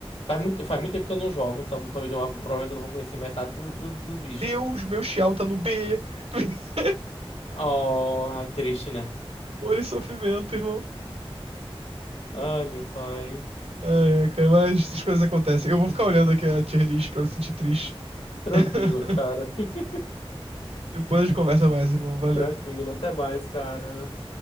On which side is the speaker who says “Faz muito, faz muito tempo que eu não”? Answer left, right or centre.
Left